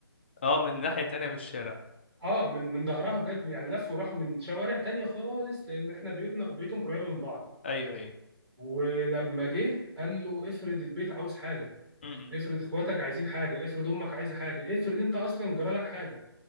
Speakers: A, on the left; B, on the right.
A: اه من ناحية تانية من الشارع
B: اه من من ظهرها بجد يعني لفوا وراحوا من شوارع تانية خالص لان احنا بيوتنا بيوتهم قريبه من بعض
A: ايوه ايوه
B: ولما جه قال له افرض البيت عاوز حاجه
A: مم.
B: افرض اخواتك عايزين حاجه افرض امك عايزه حاجه افرض انت اصلا جرالك حاجه